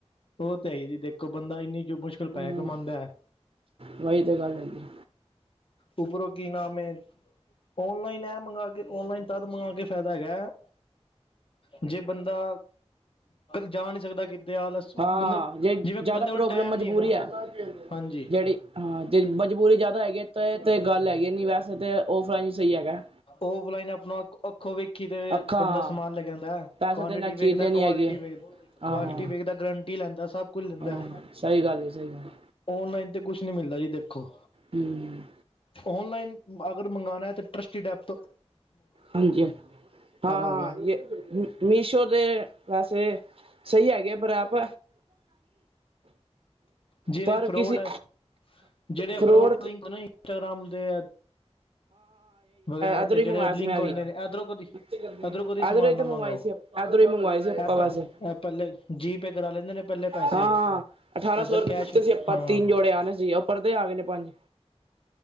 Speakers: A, on the left; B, on the right.
A: ਔ ਤੇ ਇ ਜੀ ਦੇਖੋ ਬੰਦਾ ਇੰਨੀ ਮੁਸ਼ਕਿਲ
B: ਹੂੰ
A: ਪੈਹੇ ਕਮਾਂਦਾ ਹੈ।
B: ਵਹੀ ਤੇ ਗੱਲ ਹੈਗੀ
A: ਉੱਪਰੋਂ ਕੀ ਨਾਮ ਐ? ਔਨਲਾਈਨ ਐ ਮੰਗਾ ਕੇ, ਔਨਲਾਈਨ ਤਦ ਮੰਗਵਾ ਕੇ ਫ਼ੇਦਾ ਹੈਗਾ ਜੇ ਬੰਦਾ ਜਾ ਨੀ ਸਗਦਾ ਕਿੱਦੇ ਆਲਸ ਬੰਦਾ
B: ਹਾਂ ਜੇ
A: ਜਿਵੇਂ
B: ਜ਼ਿਆਦਾ
A: ਬੰਦੇ ਕੋਲ
B: ਪ੍ਰੋਬਲਮ
A: ਟਾਈਮ
B: ਮਜ਼ਬੂਰੀ
A: ਨਹੀਂ ਹੈਗਾ
B: ਹੈ,
A: ਹਾਂਜੀ
B: ਜਿਹੜੀ ਹਾਂ ਜੇ ਮਜ਼ਬੂਰੀ ਜ਼ਿਆਦਾ ਹੈਗੀ ਤਾਂ ਤੇ ਗੱਲ ਹੈਗੀ ਨੀ ਵੈਸੇ ਤਾਂ ਔਫਲਾਈਨ ਸਹੀ ਹੈਗਾ
A: ਉ ਬਲਾਈ ਨੇ ਅਪਣਾ ਅੱਖੋਂ ਅੱਖੋ ਵੇਖ ਕੀਦੇ
B: ਅੱਖਾਂ
A: ਬੰਦਾ ਸਮਾਨ ਲੈਕੇ ਆਂਦਾ ਏ
B: ਪੈਸੇ
A: ਕੁਆਂਟਿਟੀ
B: ਦੇ ਨਾਲ
A: ਵੇਖਦਾ
B: ਚੀਲ ਲੈਣੀ
A: ਏ, ਕੁਆਲਿਟੀ
B: ਹੈਗੀ ਹੈ
A: ਵੇਖਦਾ,
B: ਆਹੋ
A: ਕੁਆਲਿਟੀ ਵੇਖਦਾ ਏ ਗਰੰਟੀ ਲੈਂਦਾ ਏ, ਸਭ ਕੁਛ ਲੈਂਦਾ
B: ਹਾਂ ਸਹੀ ਗੱਲ ਹੈ ਸਹੀ ਗੱਲ
A: ਔਨਲਾਈਨ ਕੁਛ ਨੀ ਮਿਲਦਾ ਜੀ ਦੇਖੋ,
B: ਹੂੰ
A: ਔਨਲਾਈਨ ਅਗਰ ਮੰਗਾਣਾ ਏ ਤੇ ਟਰੱਸਟੀ ਡੈਪ ਤ
B: ਹਾਂਜੀ, ਹਾਂ-ਹਾਂ
A: ਹੋ ਗਿਆ
B: ਯ ਮੀਸ਼ੋ ਦੇ ਵੈਸੇ ਸਹੀ ਹੈਗੇ ਪਰ ਆਪ
A: ਜਿਹੜੇ
B: ਪਰ
A: ਫਰੋਡ
B: ਕਿਸੀ
A: ਹੈ ਜਿਹੜੇ
B: ਫਰੋਰ'
A: ਫਰੋਡ ਲਿੰਕ ਨਾ ਇੰਸਟਾਗ੍ਰਾਮ ਦੇ ਵਗੈਰਾ
B: ਇਧਰੋਂ
A: ਤੇ ਜੇੜੇ
B: ਹੀ ਮੰਗਵਾਇਆ
A: ਲਿੰਕ
B: ਸੀ ਮੈਂ
A: ਹੁੰਦੇ
B: ਵੀ
A: ਨੇ ਏਦਰੋਂ ਕਦੀ,
B: ਇਧਰੋਂ
A: ਏਦਰੋਂ ਕਦੀ ਸਮਾਨ
B: ਹੀ
A: ਨਾ
B: ਤਾਂ ਮੰਗਵਾਏ
A: ਮੰਗਾਓ
B: ਸੀ ਇਧਰੋਂ ਹੀ ਮੰਗਵਾਏ ਸੀ ਆਪਾਂ
A: ਏ ਪੇਲ
B: ਵੈਸੇ
A: ਏ ਪੇਲੇ ਜੀਪੇ ਕਰਾ ਲੈਂਦੇ ਨੇ ਪੇਲੇ ਪੈਸੇ
B: ਹਾਂ ਅਠਾਰਾਂ ਸੌ
A: ਦਰ ਕੈਸ਼,
B: ਰੁਪਏ ਦਿੱਤੇ ਸੀ ਆਪਾਂ
A: ਹਾਂ
B: ਤਿੰਨ ਜੋੜੇ ਆਣੇ ਸੀ ਉਹ ਪਰਦੇ ਆ ਗਏ ਨੇ ਪੰਜ